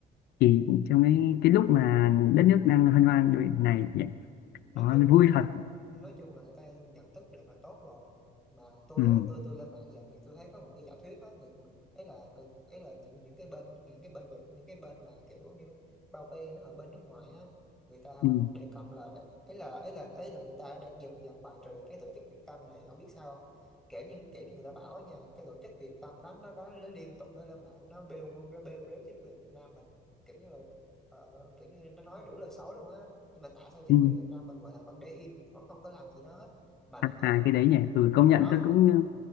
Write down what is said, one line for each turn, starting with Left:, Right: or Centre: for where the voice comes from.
Left: cái trong cái, cái lúc mà đất nước đang hân hoan như
Centre: ừ.
Left: này
Centre: nói
Left: đó
Centre: chung là
Left: vui
Centre: nó
Left: thật
Centre: nói chung là người ta nhận thức được là tốt rồi mà tôi
Left: ừ.
Centre: á tôi tôi lên mạng giờ này tôi thấy có một cái giả thuyết á người, người ấy là cần- ấy là những những cái bên những cái bên Việt những cái bên mà kiểu như bao bê nó ở bên nước ngoài á người ta
Left: Ừ.
Centre: đề cập là ấy ấy là ấy là ấy là người ta đang dần dần bài trừ cái tổ chức Việt Tân này ông biết sao không kể như kể như người ta bảo nha cái tổ chức Việt Tân đó nó nó, nó liên tục nó lên mạng nó bêu nó bêu rếu chính quyền Việt Nam mình kiểu như là ờ, kiểu như nó nói đủ lời xấu luôn á nhưng mà tại sao chính
Left: Ừ.
Centre: quyền Việt Nam mình gọi là vẫn để im vẫn không có làm gì nó hết mà
Left: À,
Centre: nó- ờ,
Left: à, cái đấy nhỉ ừ, công
Centre: mà
Left: nhận
Centre: nó
Left: tôi
Centre: ờ,
Left: cũng
Centre: ờ,